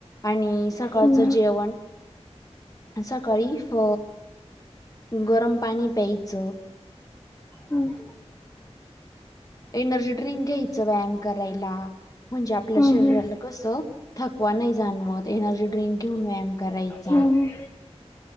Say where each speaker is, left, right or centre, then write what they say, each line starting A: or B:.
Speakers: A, on the left; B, on the left.
A: आणि सकाळचं
B: हम्म,
A: जेवण सकाळी फ गरम पाणी प्यायचं
B: हम्म
A: एनर्जी ड्रिंक घ्यायचं व्यायाम करायला, म्हणजे आपल्या
B: हम्म,
A: शरीराला कसं थकवा नाही जाणवत एनर्जी ड्रिंक घेऊन व्यायाम करायचा.
B: हम्म,